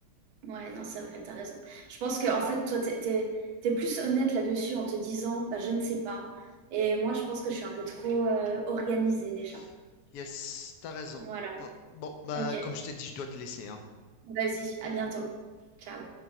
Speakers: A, on the right; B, on the left.
A: Ouais, non, c'est vrai, t'as raison. Je pense que en fait, toi, t'es, t'es, t'es plus honnête là-dessus en te disant, bah, je ne sais pas. Et moi, je pense que je suis un peu trop euh, organisée
B: Ouais.
A: déjà.
B: Yes, t'as raison.
A: Voilà.
B: Oh, Bon, bah,
A: Ok,
B: comme je t'ai dit, je dois te laisser, hein.
A: vas-y, à bientôt. Ciao.